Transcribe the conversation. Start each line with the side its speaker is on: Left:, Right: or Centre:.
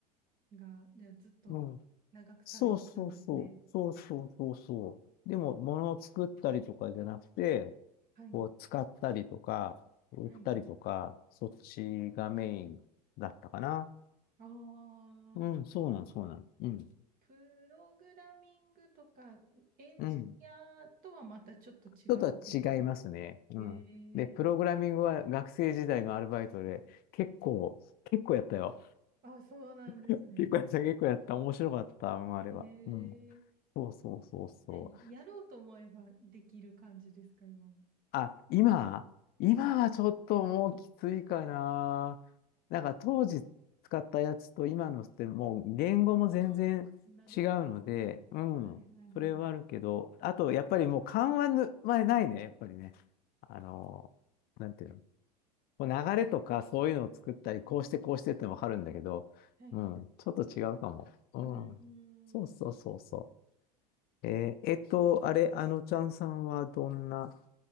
Right: が、じゃあずっと長くされてたんですね。
Left: う。うん。そうそうそう。そうそうそうそう。でも、物を作ったりとかじゃなくて、
Right: はい、
Left: こう、使ったりとか、売ったりとか、
Right: はい、
Left: そっちがメインだったかな。
Right: ああ、
Left: うん、そうなの、そうなの。うん。
Right: プログラミングとかエンジニアとはまたちょっと違うんですか
Left: うん。ちょっとは違いますね。うん。
Right: ええー
Left: で、プログラミングは学生時代のアルバイトで、結構、結構やったよ。
Right: あ、そうなんですね。
Left: <laughs> 結構やった、結構やった。面白かった、あれは。
Right: ええ
Left: うん。そうそうそうそう。
Right: ーやろうと思えばできる感じですか、今も。
Left: あ、今、今はちょっともうきついかな。
Right: はい。
Left: なんか当時使ったやつと今のってもう言語も全然違うので、
Right: ああ、なるほど。
Left: うん、
Right: はいはいは
Left: それはあるけど、あとやっぱりもう緩和ぬ、まあ、ないね、やっぱりね。あの、なんていうの、こう流れとかそういうのを作ったり、こうしてこうしてってわかるんだけど、
Right: い。はい。
Left: うん、
Right: う
Left: ちょっと違うかも。うん。
Right: ーん。
Left: そうそうそうそう。えーえっと、あれ、あのちゃんさんはどんな